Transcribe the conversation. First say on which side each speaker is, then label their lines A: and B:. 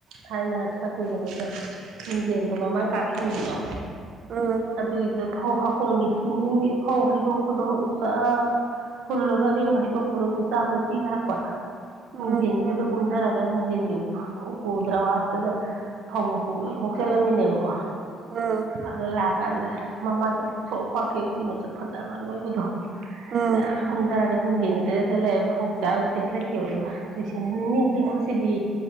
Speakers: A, on the right; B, on the right.
A: ꯊꯥꯏꯅ ꯈꯔ ꯀꯨꯏꯔꯕꯩꯗ ꯃꯤꯡꯖꯦꯜꯗꯣ ꯃꯃꯥꯡ ꯀꯥ ꯈꯤꯟꯒꯤꯗꯣ
B: ꯎꯝ
A: ꯑꯗꯨꯒꯤꯗ ꯐꯧ ꯍ ꯀꯨꯝꯒꯤ ꯆꯤꯡꯖꯤꯟꯒꯤ ꯐꯧ ꯍꯩꯗꯣꯛꯄꯗꯣ ꯑꯣꯖꯥ ꯍꯨꯜꯂꯒ ꯑꯔꯦꯝꯕ ꯍꯥꯏꯗꯣꯛꯄꯒ ꯑꯗꯨ ꯆꯥꯕ ꯎꯆꯤ ꯂꯥꯛꯄ
B: ꯎꯝ
A: ꯃꯤꯡꯖꯦꯟꯁꯤꯗ ꯀꯨꯝꯗꯔꯒ ꯃꯤꯡꯖꯦꯟꯒꯤ ꯎꯄꯨ ꯗ꯭ꯔꯋꯥꯁꯇꯨꯗ ꯐꯧ ꯃꯀꯨ ꯂꯣꯏ ꯈꯣꯛꯆꯜꯂꯝꯃꯤꯅꯦꯕ ꯀꯣ
B: ꯎꯝ
A: ꯑꯗ ꯂꯥꯠ ꯇꯜꯂꯦ ꯃꯃꯥꯏꯗꯤ ꯄꯥꯛꯊꯣꯛ ꯄꯥꯛꯀꯩ ꯎꯆꯤ ꯃꯁꯛ ꯐꯖꯕ ꯑꯅꯣꯏꯕꯗꯣ
B: ꯎꯝ
A: ꯆ ꯀꯨꯝꯊꯔꯒ ꯒꯨꯝ ꯌꯦꯡꯈꯤꯗ꯭ꯔ ꯂꯩꯔꯦ ꯐꯧ ꯆꯔꯥ ꯆꯦꯟꯈꯠꯈꯤꯕ ꯑꯗꯨꯒ ꯂꯩꯁꯤꯅ ꯅꯦꯅꯦ ꯀꯩꯅꯣꯁꯤꯗꯤ